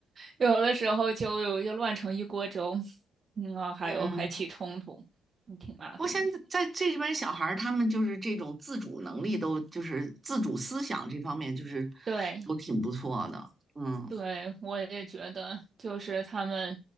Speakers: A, on the right; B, on the right.
A: 有的时候就就乱成一锅粥，嗯，啊还有还起冲突，
B: 嗯，
A: 嗯挺麻烦的。
B: 不过现在在这边小孩儿，他们就是这种自主能力都，就是自主思想这方面，就是
A: 对，
B: 都挺不错的。嗯。
A: 对，我也觉得，就是他们，